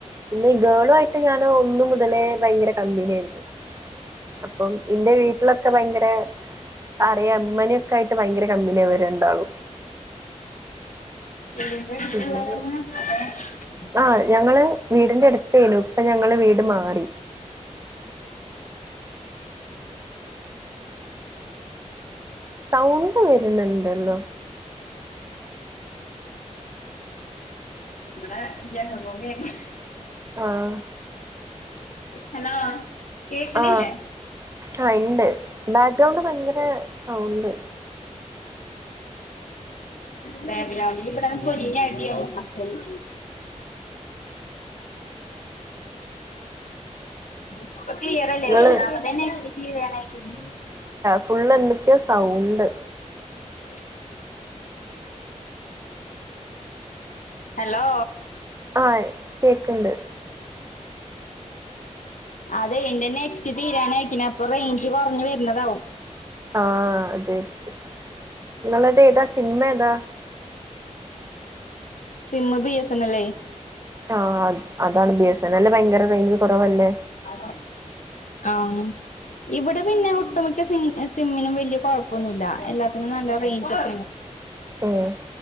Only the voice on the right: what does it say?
പിന്നെ ഈ ഗേളു ആയിട്ട് ഞാന് ഒന്ന് മുതലേ ഭയങ്കര കമ്പനിയേരുന്നു അപ്പം എന്റെ വീട്ടിലൊക്കെ ഭയങ്കര അറിയാം ഇമ്മനൊക്കെ ആയി ട്ട് ഭയങ്കര കമ്പിനിയ അവരെണ്ടാളും
പിന്നെ
ആ ഞങ്ങള് വീടിന്റെ അടുത്തേനു ഇപ്പൊ ഞങ്ങള് വീട് മാറി സൗണ്ട് വരുന്നുണ്ടല്ലോ
ആഹ്
ആ ആ ഉണ്ട് ബാക്ക്ഗ്രൗണ്ട് ഭയങ്കര സൗണ്ട്
നിങ്ങള്
ഫുള് എന്തൊക്കെയോ സൗണ്ട്.
ആഹ് കേക്ണ്ട്.
ആഹ് അതെര്ക്കും നിങ്ങളതേതാ സിമ്മേ താ.
ആ അതാണ് ബി എസ് എൻ എല് ഭയങ്കര റേയിഞ്ച് കുറവല്ലേ?
ഉഉം